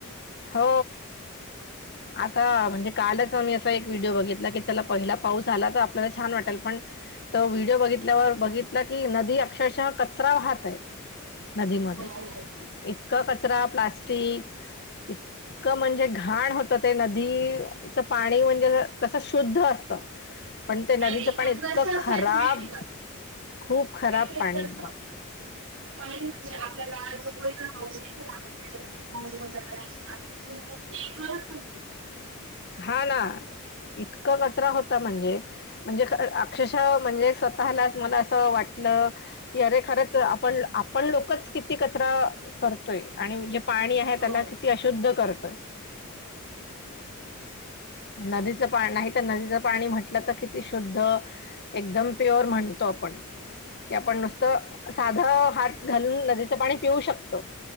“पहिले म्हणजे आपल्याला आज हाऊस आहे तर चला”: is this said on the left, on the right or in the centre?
Right